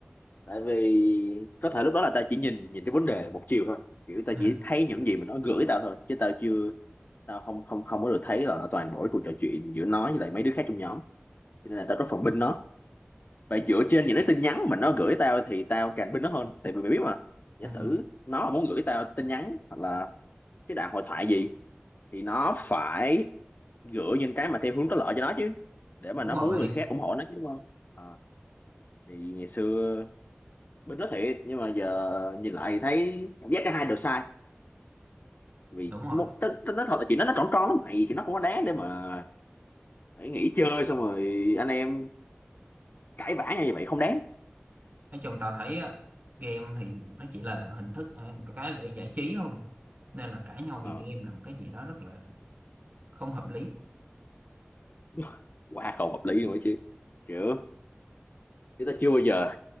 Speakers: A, on the left (about 45°); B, on the right (about 40°).
A: tại vì có thể lúc đó là tao chỉ nhìn nhìn cái vấn đề một chiều thôi kiểu tao
B: ừ,
A: chỉ thấy những gì mà nó gửi tao thôi chứ tao chưa tao không không không có được thấy là toàn bộ cái cuộc trò chuyện giữa nó với lại mấy đứa khác trong nhóm cho nên là tao có phần binh nó Vậy dựa trên những cái tin nhắn mà nó gửi tao thì tao càng tin nó hơn. Tại vì mày biết mà, giả
B: ừ.
A: sử nó mà muốn gửi tao tin nhắn hoặc là cái đoạn hội thoại gì thì nó phải gửi những cái mà theo hướng có lợi cho nó chứ. Để mà
B: đúng
A: nó
B: rồi
A: muốn người khác ủng hộ nó chứ đúng không? Ờ, thì ngày xưa bên đó thiệt nhưng mà giờ nhìn lại thì thấy cảm giác cả hai đều sai. Vì
B: đúng rồi
A: một t- t- nói thật là chuyện đó nó còn con lắm mày thì nó không có đáng để mà phải nghỉ chơi xong rồi anh em cãi vã nhau như vậy không đáng.
B: nói chung tao thấy á, game thì nó chỉ là hình thức ờ, có cái để giải trí thôi nên là cãi nhau
A: Ờ,
B: vì game là một cái gì đó rất là không hợp lý
A: <laughs> quá không hợp lý luôn ấy chứ. Kiểu chúng ta chưa bao giờ